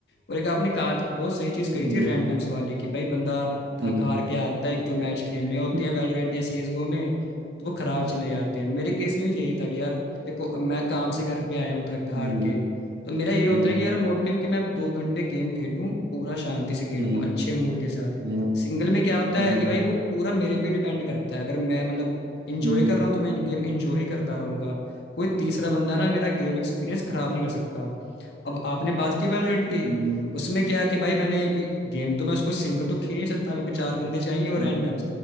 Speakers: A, on the left; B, on the right.
A: और एक आपने कहा बहुत सही चीज कही
B: हम्म,
A: थी रैंडम्स वाली कि भाई बंदा थक
B: हम्म,
A: हार के आता है एक दो मैच खेलने होते
B: हम्म,
A: हैं वैलोरेंट या सीएसगो में तो वो खराब चले जाते हैं मेरे केस में भी यही था कि यार देखो अब मैं काम से घर पे आया हूँ थक हार
B: हम्म,
A: के तो मेरा ये होता
B: हम्म,
A: है कि यार मोटिव कि मैं अब दो घंटे गेम खेलूं पूरा शांति से खेलूं
B: हम्म,
A: अच्छे मूड के साथ
B: हम्म,
A: सिंगल में क्या होता
B: हम्म,
A: है कि भाई वो पूरा मेरे पे डिपेंड करता है अगर मैं मतलब इंजॉय
B: हम्म,
A: कर रहा हूँ तो मैं गेम इंजॉय ही करता रहूंगा कोई तीसरा बंदा ना मेरा गेम एक्सपीरियंस खराब नहीं कर सकता अब आपने बात की वैलोरेंट की
B: हम्म,
A: उसमें क्या है कि भाई मैंने गेम तो मैं उसको सिंगल तो खेल ही सकता मेरे को चार बंदे चाहिए और
B: हम्म,
A: रैंडम